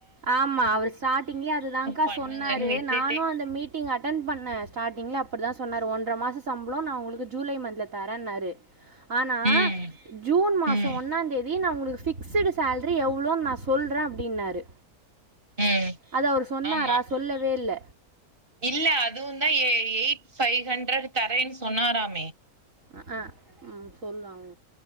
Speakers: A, on the right; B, on the right.
A: ஆமா அவர் ஸ்டாட்டிங்கே அதுதான்கா
B: பண்ணுங்கன்னு
A: சொன்னாரு
B: விட்டுட்டே
A: நானும் அந்த மீட் ட்டிங் அட்டன் பண்ணேன் ஸ்டாட்டிங்ல அப்பிடிதான் சொன்னாரு ஒன் இந்த மாச சம்பளம் நான் உங்களுக்கு ஜூலை மன்த்ல தரேன்னாரு ஆனா
B: ம்
A: ஜூன் மாசம்
B: ம்
A: ஒன்னாம் தேதி ப்பிடி நான் உனக்கு ஃபிக்ஸடு சேல்ரி எவ்ளோனு நா சொல்றேன் அப்பிடின்னாரு
B: ம்
A: அத அவரு சொன்னாரா
B: ஆமா
A: சொல்லவே இல்ல
B: இல்ல அதுவும் தான் எ எ ஃபை ஹண்ட்ரட் தரேன்னு சொன்னாராமே
A: அ ஆ ம் சொல்வாங்க